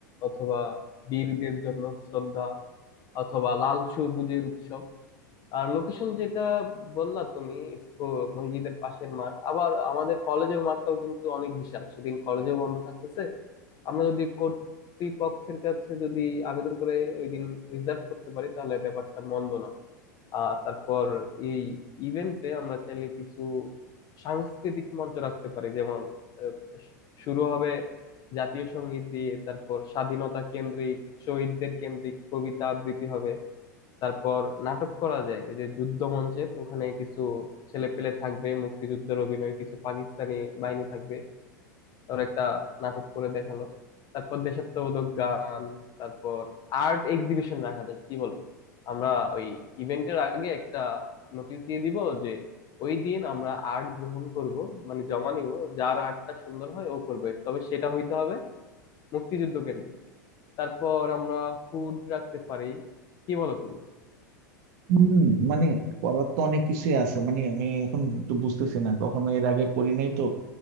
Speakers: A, on the left; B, on the right.
A: অথবা বীরদের জন্য শ্রদ্ধা অথবা লাল সবুজের উৎসব আর লোকেশন যেটা বললা তুমি ইফকো মসজিদের পাশের মাঠ আবার আমাদের কলেজের মাঠটাও কিন্তু অনেক বিশাল সেদিন কলেজেও বন্ধ থাকতেছে আমরা যদি কর্তৃপক্ষের কাছে যদি আবেদন করে ওই দিন রিজার্ভ করতে পারি তাহলে ব্যাপারটা মন্দ না আর তারপর এই ইভেন্টে আমরা চাইলে কিছু সাংস্কৃতিক মঞ্চ রাখতে পারি যেমন আহ, শু- শুরু হবে জাতীয় সঙ্গীত দিয়ে তারপর স্বাধীনতা কেন্দ্রিক শহীদদের কেন্দ্রিক কবিতা আবৃত্তি হবে তারপর নাটক করা যায় ওই যে যুদ্ধ মঞ্চের ওখানে কিছু ছেলে পেলে থাকবে মুক্তিযুদ্ধের অভিনয় কিছু পাকিস্তানি বাহিনী থাকবে ওর একটা নাটক করে দেখালো তারপর দেশাত্মবোধক গান তারপর আর্ট এক্সিবিশন রাখা যায় কি বলো আমরা ওই ইভেন্টের আগে একটা নোটিশ দিয়ে দিব যে ওই দিন আমরা আর্ট গ্রহণ করব মানে জমা নিব যার আর্টটা সুন্দর হয় ও করবে তবে সেটা হইতে হবে মুক্তিযুদ্ধ কেন্দ্রিক তারপর আমরা ফুড রাখতে পারি কি বলো তুমি
B: হম মানে করার তো অনেক কিছুই আছে মানে আমি এখন একটু বুঝতেছি না কখনো এর আগে করি নাই তো